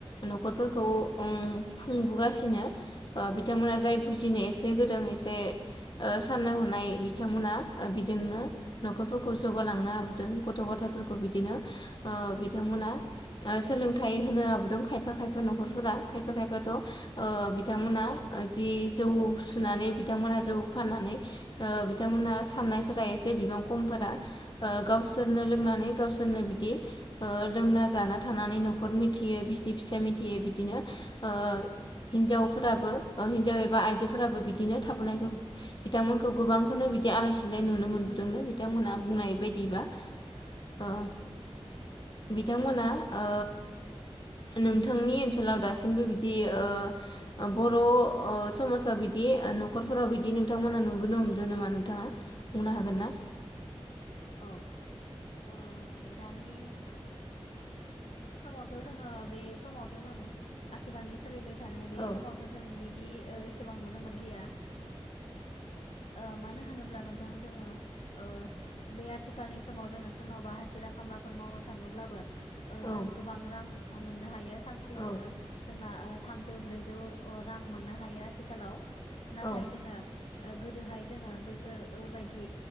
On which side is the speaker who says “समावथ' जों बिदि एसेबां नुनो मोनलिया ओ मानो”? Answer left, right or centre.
Left